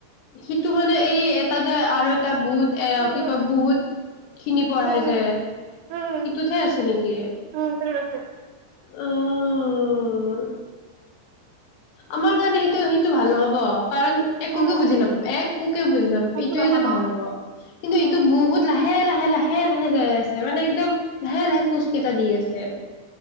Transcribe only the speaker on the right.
উম
উম
উম
উম
উম উম উম উম সেইটোত আছে
উম
একো
আৰু
উম